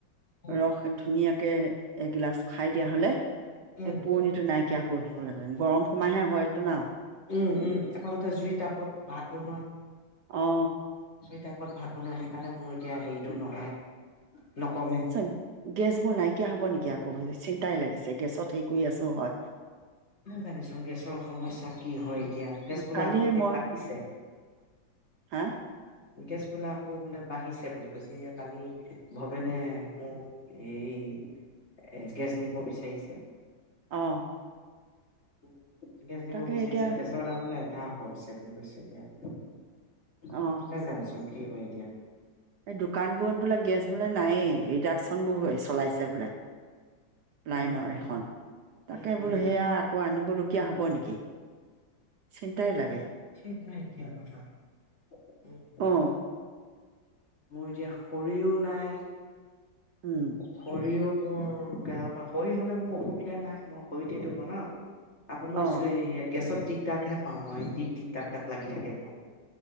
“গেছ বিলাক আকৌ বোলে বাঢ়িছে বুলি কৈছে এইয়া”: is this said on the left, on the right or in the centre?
Left